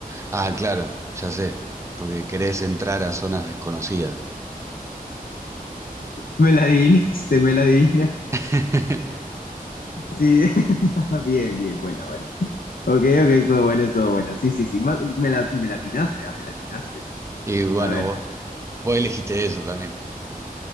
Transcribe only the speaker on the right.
Ah, claro, ya sé, porque querés entrar a zonas desconocidas.
<laughs>
Y bueno,
vos, vos elegiste eso también.